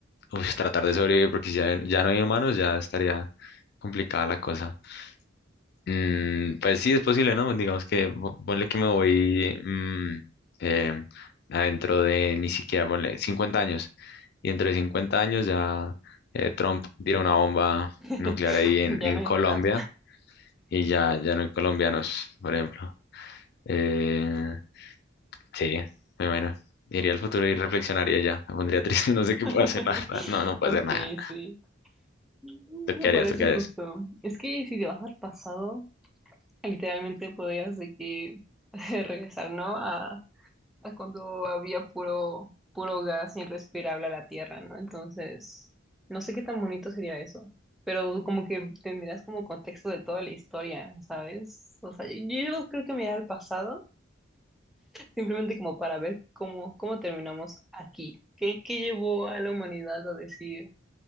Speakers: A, on the left; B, in the centre.
A: uy, tratar de sobrevivir, porque si ya, ya no hay humanos, ya estaría complicada la cosa. Mm, pues sí, es posible, ¿no? Digamos que po- ponle que me voy mm, eh, adentro de ni siquiera, ponle 50 años. Y dentro de 50 años ya eh, Trump tira una bomba
B: <laughs>
A: nuclear ahí en,
B: Ya
A: en
B: no hay
A: Colombia
B: no nada.
A: y ya, ya no hay colombianos, por ejemplo. Eh, sí, muy bueno. Iría al futuro y reflexionaría ya. Me pondría triste, <laughs> no sé qué
B: <laughs>
A: puedo hacer, la verdad. No, no puedo
B: Ok,
A: hacer nada.
B: sí. Me
A: ¿Tú qué harías?
B: parece
A: ¿Tú qué harías?
B: justo. Es que si te vas al pasado, literalmente podrías de que <laughs> regresar, ¿no? A, a cuando había puro, puro gas irrespirable a la tierra, ¿no? Entonces, no sé qué tan bonito sería eso, pero como que tendrías como contexto de toda la historia, ¿sabes? O sea, yo, yo creo que me iría al pasado, simplemente como para ver cómo, cómo terminamos aquí. ¿Qué, qué llevó a la humanidad a decir,